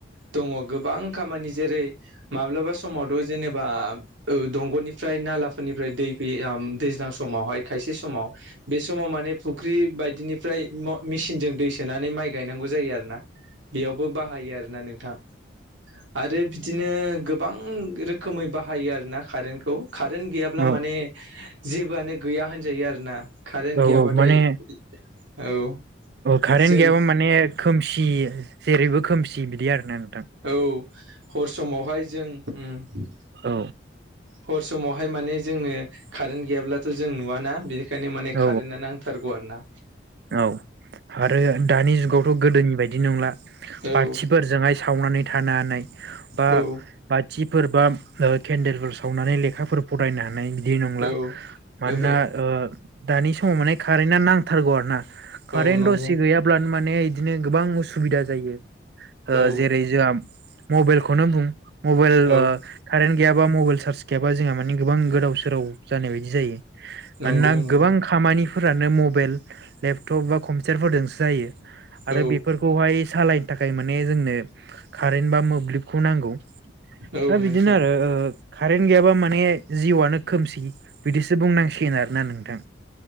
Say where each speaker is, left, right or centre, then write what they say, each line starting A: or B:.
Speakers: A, on the right; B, on the right.
A: दङ गोबां खामानि जेरै माब्लाबा समावथ' जेनेबा बा दंग'निफ्राय नालाफोरनिफ्राय दै फैयो दैज्लां समावहाय खायसे समाव बे समाव माने फुख्रि बायदिनिफ्राय मेसिनजों दै सोनानै माइ गायनांगौ जायो आरो ना बेयावबो बाहायो आरो ना नोंथां आरो बिदिनो गोबां रोखोमै बाहायो आरोना कारेन्टखौ कारेन्ट गैयाब्ला
B: औ
A: माने जेबोआनो गैया होनजायो आरो ना कारेन्ट गैयाबाथाय
B: औ माने
A: औ
B: कारेन्ट
A: जों
B: गैयाबा माने खोमसि जेरैबो खोमसि बिदि आरोना नों
A: औ हर समावहाय जों उम
B: औ
A: हर समावहाय माने जोंनो कारेन्ट गैयाब्लाथ जों नुवाना बेनि बेखायनो माने
B: औ
A: कारेन्टआ नांथारगौ आरोना
B: औ आरो दानि जुगावथ गोदोनि बायदि नंला
A: औ
B: बाथिफोरजोंहाय सावनानै थानो हानाय बा
A: औ
B: बाथिफोर बा केन्देलफोर सावनानै लेखाफोर फरायनो हानाय बिदि नंला
A: ओहो
B: मानोना ओ दानि समाव माने कारेन्टा नांथारगौ आरो ना कारेन्ट
A: औ नंगौ
B: दसे गैयाब्लानो माने माने इदिनो गोबां उसुबिदा जायो ओ
A: औ
B: जेरै जोहा मबेइलखौनो बुं मबेइल
A: औ
B: ओ कारेनथ गैयाबा मबाइल चार्ज गैयाबा जोंहा मानि गोबां गोदाव सोराव जानाय बायदि जायो मानोना
A: नंगौ नंगौ
B: गोबां खामानिफोरानो मबाइल लेपटप बा कम्पिउटारफोरजोंस जायो आरो
A: औ
B: बेफोरखौहाय सालायनो थाखाय माने जोंनो कारेन्ट बा मोब्लिब खौ नांगौ
A: औ
B: दा
A: नोंथां
B: बिदिनो आरो ओ कारेन्ट गैयाबा माने जिउआनो खोमसि बिदिसो बुंनांसिगोन आरोना नोंथां